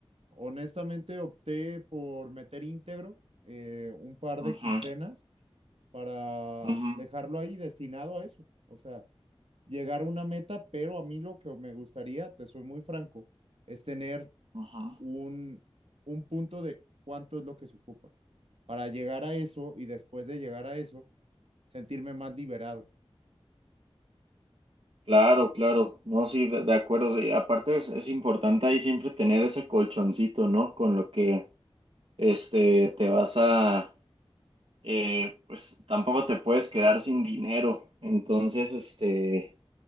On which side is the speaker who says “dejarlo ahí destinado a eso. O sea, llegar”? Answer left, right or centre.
Right